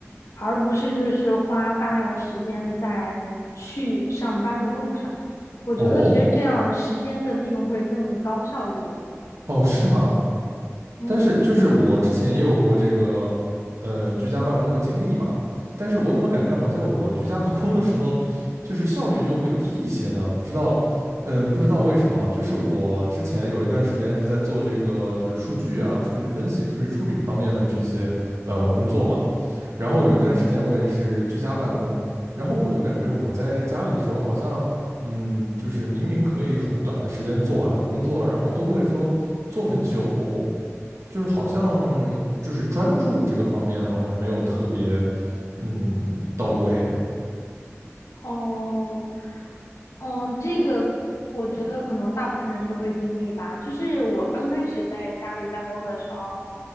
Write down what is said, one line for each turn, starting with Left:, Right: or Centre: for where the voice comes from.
Left: 而不是就是花大量的时间在去上班的路上。我觉得其实这样时间的利用会更高效一点。
Right: 哦，哦，是吗？
Left: 嗯
Right: 但是就是我之前也有过这个呃居家办公的经历嘛，但是我怎么感觉好像我居家办公的时候，就是效率就会低一些呢？不知道，嗯、不知道为什么。就是我之前有一段时间是在做这个就是数据啊、数据分析、数据处理方面的这些呃工作嘛，然后有一段时间我也是居家办公，
Left: 嗯。
Right: 然后我就感觉我在家里的时候好像。嗯，就是明明可以很短的时间做完的工作，然后都会说做很久，就是好像就是专注这个方面好像没有特别嗯到位啊。
Left: 哦，嗯，这个我觉得可能大部分人都会经历吧。就是我刚开始在家里办公的时候，